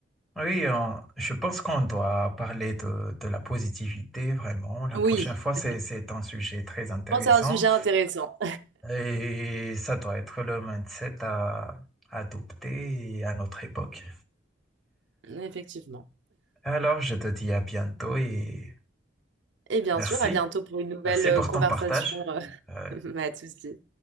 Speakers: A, in the centre; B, on the right.
A: Oui, on- je pense qu'on doit parler de, de la positivité, vraiment. La
B: Oui.
A: prochaine fois, c'est,
B: Je
A: c'est un sujet très intéressant.
B: pense que c'est un sujet intéressant
A: Et ça doit être le mindset à adopter à notre époque.
B: <laughs> effectivement.
A: Alors, je te dis à bientôt et
B: Et bien
A: merci.
B: sûr, à bientôt pour une nouvelle
A: Merci
B: euh,
A: pour
B: conversation.
A: ton partage.
B: euh,
A: Euh,
B: <laughs> Pas de souci.